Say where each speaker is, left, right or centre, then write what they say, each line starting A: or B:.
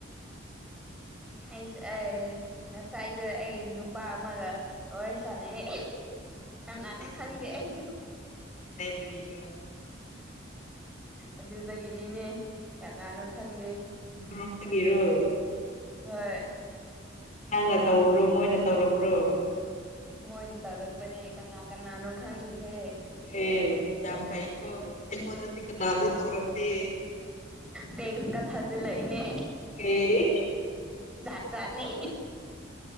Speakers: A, on the left (about 40°); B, in the centre.
A: <inaudible>
B: ꯑꯩꯁ ꯉꯁꯥꯏꯗ ꯑꯩ ꯅꯨꯄꯥ ꯑꯃꯒ ꯋꯥꯔꯤ ꯁꯥꯟꯅꯩ ꯀꯅꯥꯅꯣ
A: ꯀꯗꯥꯏꯗꯒꯤꯅꯣ
B: ꯈꯪꯗꯦ ꯑꯩꯁꯨ
A: ꯀꯗꯥꯏꯗꯒꯤꯅꯣ
B: ꯑꯗꯨꯗꯒꯤꯅꯤꯅꯦ ꯀꯅꯥꯅꯣ ꯈꯪꯗꯦ
A: ꯔꯒꯦꯔꯣ
B: ꯍꯣꯏ
A: ꯅꯪꯅ ꯇꯧꯕ꯭ꯔꯣ ꯃꯣꯏꯅ ꯇꯧꯔꯕ꯭ꯔꯣ
B: ꯃꯣꯏꯅ ꯇꯧꯔꯛꯄꯅꯦ ꯀꯅꯥ ꯀꯅꯥꯅꯣ ꯈꯪꯒꯦꯍꯦ
A: ꯑꯦ ꯌꯥꯝ ꯐꯥꯏꯀꯣ ꯑꯩ ꯃꯗꯤ ꯀꯅꯥꯅ ꯇꯧꯔꯗꯤ
B: ꯇꯦꯛꯁ ꯀꯊꯥꯖꯤ ꯂꯩꯅꯦ
A: ꯑꯦ
B: ꯆꯠ ꯆꯥꯠꯅꯤ